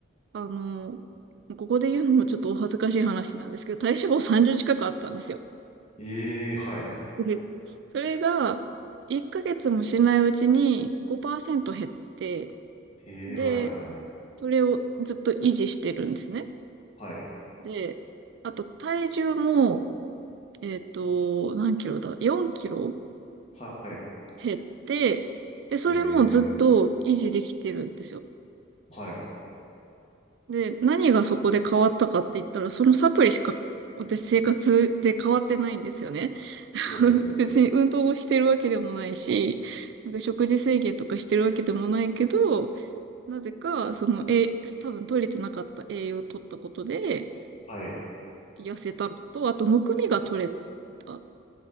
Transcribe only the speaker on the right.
あの、ここで言うのもちょっとお恥ずかしい話なんですけど、体脂肪30近くあったんですよ。
うんそれが、1ヶ月もしないうちに5%減って、
で、
それをずっと維持してるんですね。
で、あと体重も、えっと、何キロだ ?4 キロ
減って、で、それもずっと維持できてるんですよ。
で、何がそこで変わったかって言ったら、そのサプリしか私生活で変わってないんですよね。<laughs>
別に運動をしてるわけでもないし、なんか食事制限とかしてるわけでもないけど、なぜか、その、え、多分取れてなかった栄養を取ったことで、
痩せたのと、あと、むくみが取れた。